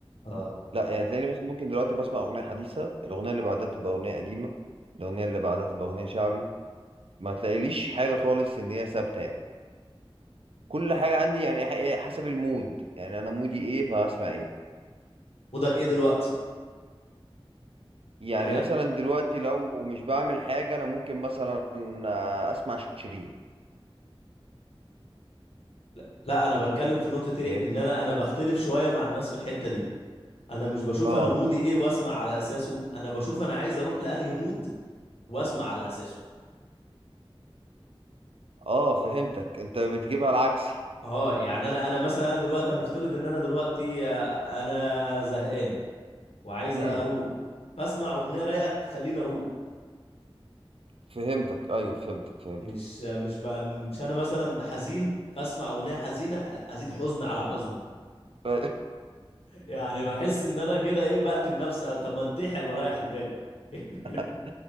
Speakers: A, on the left; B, on the right.
A: اه
B: لا يعني تلاقيني مثلا ممكن دلوقتي بسمع اغنيه حديثه الاغنيه اللي بعدها تبقى اغنيه قديمه الاغنيه اللي بعدها تبقى اغنيه شعبي ما تلاقيليش حاجه خالص ان هي ثابته يعني كل حاجه عندي يعني ح- إيه، حسب المود يعني انا مودي ايه فهسمع ايه
A: مودك ايه دلوقتي
B: يعني
A: يعني
B: مثلا دلوقتي لو مش بعمل حاجه انا ممكن مثلا آه، اسمع شيرين
A: لا, لا انا بتكلم في نقطه ايه
B: فاهم
A: ان انا انا بختلف شويه مع الناس في الحته دي انا مش بشوف
B: اه
A: انا مودي ايه واسمع على اساسه انا بشوف انا عايز اروح لانهي مود واسمع على اساسه
B: اه فهمتك انت بتجيبها العكسي
A: اه يعني انا انا مثلا انا دلوقتي هنفترض ان انا دلوقتي آه، انا زهقان وعايز
B: امم
A: اروق فاسمع اغنيه رايقه تخليني اروق
B: فهمتك ايوه فهمتك فهمتك
A: مش مش ب... مش انا مثلا حزين فاسمع اغنيه حزينه ازيد حزن على حزني
B: ف...
A: يعني بحس ان انا كده ايه بقتل نفسي آه، طب ما انتحر واريح دماغي <laughs>
B: <laughs>